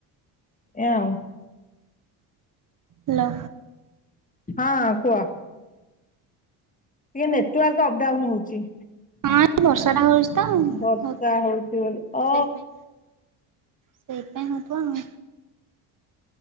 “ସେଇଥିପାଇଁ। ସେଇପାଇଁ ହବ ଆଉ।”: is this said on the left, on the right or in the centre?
Right